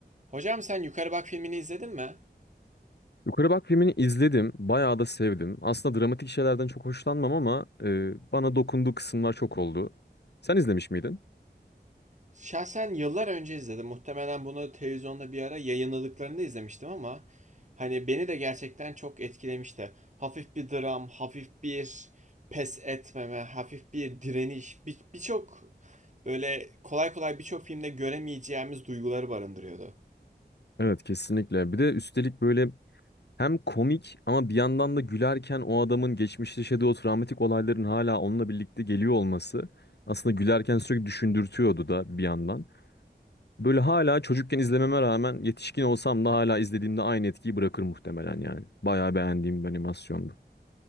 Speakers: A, on the right; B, on the left.
A: Hocam sen Yukarı Bak filmini izledin mi?
B: Yukarı Bak filmini izledim. Bayağı da sevdim. Aslında dramatik şeylerden çok hoşlanmam ama e, bana dokunduğu kısımlar çok oldu. Sen izlemiş miydin?
A: Şahsen yıllar önce izledim. Muhtemelen bunu televizyonda bir ara yayınladıklarında izlemiştim ama hani beni de gerçekten çok etkilemişti. Hafif bir dram, hafif bir pes etmeme, hafif bir direniş, bir- birçok böyle kolay kolay birçok filmde göremeyeceğimiz duyguları barındırıyordu.
B: Evet kesinlikle. Bir de üstelik böyle hem komik ama bir yandan da gülerken o adamın geçmişte yaşadığı o travmatik olayların hala onunla birlikte geliyor olması aslında gülerken sürekli düşündürtüyordu da bir yandan. Böyle hala çocukken izlememe rağmen yetişkin olsam da hala izlediğimde aynı etkiyi bırakır muhtemelen yani. Bayağı beğendiğim bir animasyondu.